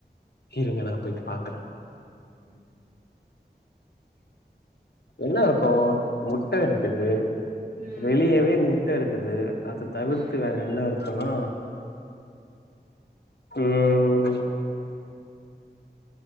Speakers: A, on the left; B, on the right.
A: இருங்க நா போய்ட்டு பாக்றே
B: ம்
A: என்ன இருக்கு முட்ட இருக்குது
B: ம்
A: வெளியவே முட்ட இருக்குது அத தவிர்த்து
B: ம்
A: வேற என்ன இருக் ருக்குனா ம் ம்